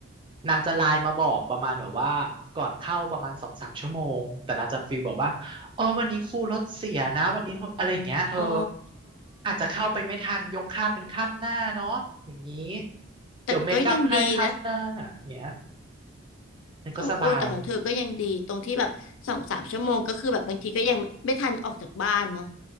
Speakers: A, on the right (about 25°); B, on the left (about 70°).
A: นางจะไลน์มาบอกประมาณแบบว่า ก่อนเข้าประมาณสองสามชั่วโมงแต่นางจะฟีลบอกว่าเออวันนี้ครูรถเสียนะวันนี้อะไรอย่างเงี้ยเธอ
B: อ๋อ
A: อาจจะเข้าไปไม่ทันยกคาบเป็นคาบหน้าเนาะอย่างนี้
B: แต่ก็ยังดีนะ
A: เดี๋ยวเมคอัพให้คาบหน้าอย่างเงี้ยฉันก็สบาย
B: โอ้โอ้แต่ของเธอก็ยังดีตรงที่แบบสองสามชั่วโมงก็คือแบบบางทีก็ยังไม่ทันออกจากบ้านเนาะ